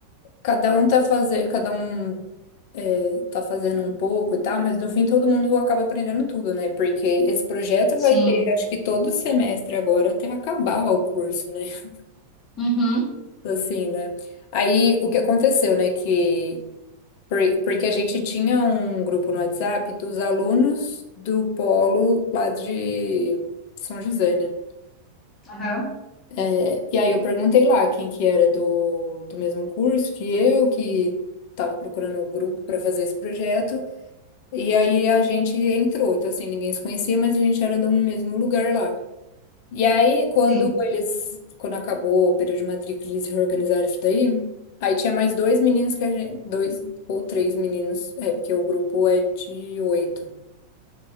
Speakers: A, on the left; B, on the left.
A: cada um tá fazendo, cada um é, tá fazendo um pouco e tal, mas no fim todo mundo acaba aprendendo tudo, né? Porque esse projeto
B: Sim.
A: vai ter, acho que todo semestre agora até acabar o curso, né? <laughs>
B: Uhum.
A: Assim, né? Aí o que aconteceu, né? Que Por- Porque a gente tinha um grupo no WhatsApp dos alunos do polo lá de São José, né?
B: Aham.
A: É, E aí eu perguntei lá quem que era do, do mesmo curso que eu, que estava procurando o grupo para fazer esse projeto. E aí a gente entrou. Então, assim, ninguém se conhecia, mas a gente era do mesmo lugar lá. E aí, quando
B: Sim.
A: eles, quando acabou o período de matrícula, eles reorganizaram isso daí. Aí tinha mais dois meninos que a gente, dois ou três meninos, é porque o grupo é de oito.